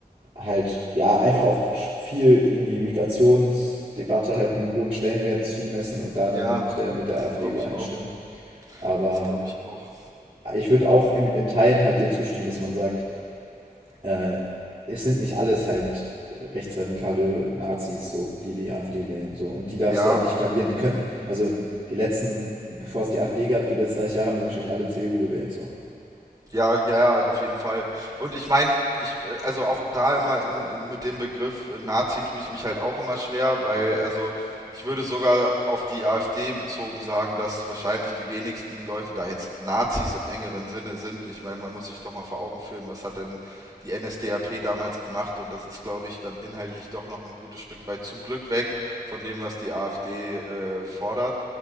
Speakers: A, on the right (about 45°); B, on the right (about 25°).
A: halt, ja, einfach auch viel irgendwie Migrationsdebatte halt einen hohen Stellenwert zumessen und da dann
B: Ja,
A: mit der, mit der
B: das
A: AfD
B: glaube
A: übereinstimmen.
B: ich auch.
A: Aber
B: Das glaube ich auch.
A: ich würde auch im, in Teilen halt dir zustimmen, dass man sagt, äh, es sind nicht alles halt rechtsradikale Nazis, so, die die AfD wählen, so. Und die darfst
B: Ja,
A: du halt nicht verlieren. Die könnten, also die letzten, bevor es die AfD gab, die letzten 30 Jahre haben die wahrscheinlich alle CDU gewählt, so.
B: Ja, ja, ja, auf jeden Fall. Und ich meine, ich, äh, also auch da immer in, in, mit dem Begriff äh, Nazi tue ich mich halt auch immer schwer, weil, also, ich würde sogar auf die AfD bezogen sagen, dass wahrscheinlich die wenigsten Leute da jetzt Nazis im engeren Sinne sind. Ich meine, man muss sich doch mal vor Augen führen, was hat denn die NSDAP damals gemacht? Und das ist, glaube ich, dann inhaltlich doch noch ein gutes Stück weit zum Glück weg von dem, was die AfD äh, fordert.